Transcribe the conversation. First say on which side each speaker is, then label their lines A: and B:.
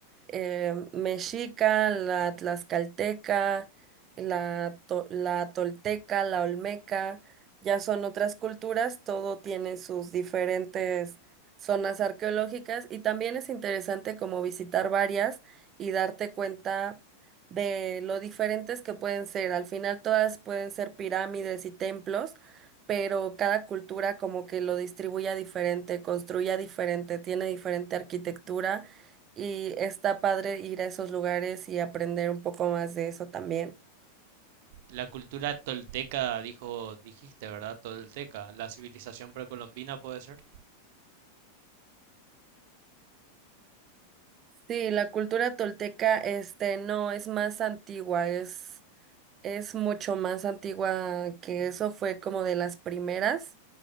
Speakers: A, on the right (about 30°); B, on the right (about 50°).
A: eh, mexica, la tlaxcalteca, la, to- la tolteca, la olmeca, ya son otras culturas, todo tiene sus diferentes zonas arqueológicas y también es interesante como visitar varias y darte cuenta de lo diferentes que pueden ser. Al final todas pueden ser pirámides y templos. pero cada cultura como que lo distribuya diferente, construya diferente, tiene diferente arquitectura y está padre ir a esos lugares y aprender un poco más de eso también.
B: La cultura tolteca, dijo, dijiste, ¿verdad? Tolteca, la civilización precolombina puede ser.
A: Sí, la cultura tolteca, este, no, es más antigua, es, es mucho más antigua que eso, fue como de las primeras